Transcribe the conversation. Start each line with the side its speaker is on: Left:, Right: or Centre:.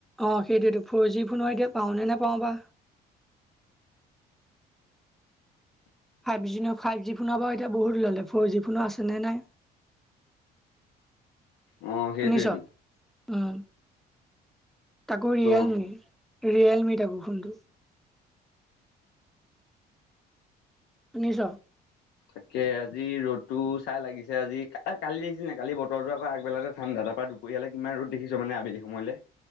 Centre: অ সেইটোতটো ফৰ জি ফোন এতিয়া পাওনে নে পাও বা ফাইভ জি ফাইভ জি ফোনৰ বাৰু এতিয়া বহুত ললে ফ'ৰ জি ফোনো আছে নে নাই <unintelligible>
Left: অ সেইটো
Centre: শুনিছ
Left: সেইটো
Centre: উম তাকো ৰিয়েলমি
Left: অ
Centre: ৰিয়েলমি তাকো ফোনটো। শুনিছ।
Left: তাকে আজি ৰ'দতো চাই লাগিছে আজি কালি দেখিছে ন কালি বতৰতো আকৌ আগবেলাতে ঠাণ্ডা। তাৰ পৰা দুপৰীয়ালৈ কিমান ৰদ দেখি মানে আবেলি সময়লে।